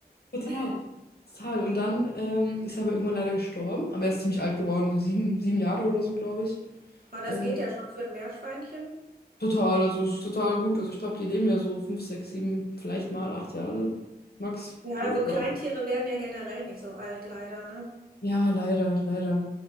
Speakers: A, on the left; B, on the right.
A: total.
B: <laughs>
A: Total. Und dann ähm, ist er aber irgendwann leider gestorben. Aber er ist ziemlich alt geworden, also sieben, sieben Jahre oder so, glaube ich.
B: Aber das
A: Ähm,
B: geht ja schon für ein Meerschweinchen.
A: Total, also ist total gut. Also ich glaube, die leben ja so fünf, sechs, sieben, vielleicht mal acht Jahre. Max,
B: Ja,
A: so
B: so
A: glaube
B: Kleintiere
A: ich.
B: werden ja generell nicht so alt, leider, ne?
A: Ja, leider, leider.